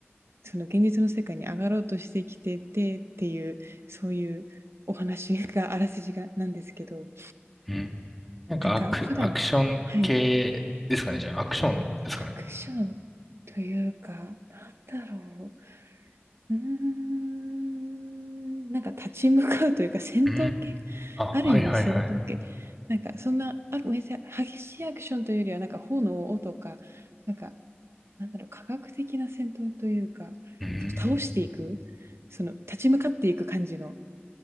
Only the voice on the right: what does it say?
その現実の世界に上がろうとしてきててっていう、そういうお話が、あらすじがなんですけど、
なんか普段、
はい、
アクションというか、なんだろう、うーんなんか立ち向かうというか戦闘系
ある意味戦闘系なんかそんなあめっちゃ激しいアクションというよりはなんか炎とかなんかなんだろう科学的な戦闘というかその倒していく
その立ち向かっていく感じの